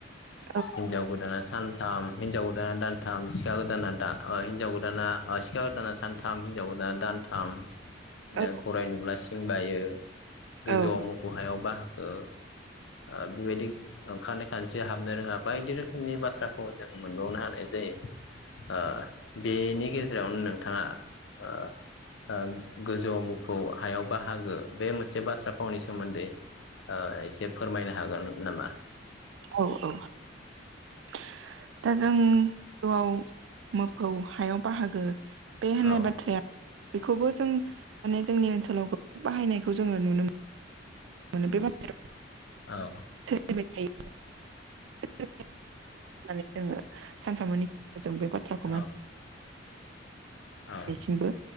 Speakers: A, on the right; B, on the left.
A: औ
B: हिनजाव गोदाना सानथाम हिनजाव ओ दानथाम सिखा गोदाना दा ओ हिनजाव गोदाना ओ सिखा गोदाना सानथाम हिनजाव गोदाना दानथाम बिदिनो
A: औ
B: गराय नुब्ला सिं बायो गोजौआव
A: औ
B: मोफौ हायाव बाहागो ओ बेबायदि। ओंखारनाय खानस्रिया हाबनो रोङा बायदि रोखोमनि बाथ्राफाव जों मोनबावनो हा नाय जायो ओ बेनि गेजेरावनो नोंथाङा ओ ओ गोजौवाव मोफौ हायाव बाहागो बे मोनसे बाथ्रा फावनि सोमोन्दै ओ एसे फोरमायनो हागोन नामा?
A: औ औ <unintelligible> दा जों गोजौआव मोफौ हायाव बाहागो बे होननाय
B: औ
A: बाथ्राया बेखौबो जों माने जोंनि ओनसोलाव गोबां बाहायनायखौ जोङो नुनो मो <unintelligible>
B: औ ‌।
A: सोलिबाय थायो <unintelligible> जोङो सानफ्रामबोनि जों बे बाथ्राखौ
B: औ
A: मा
B: औ
A: बेसिमबो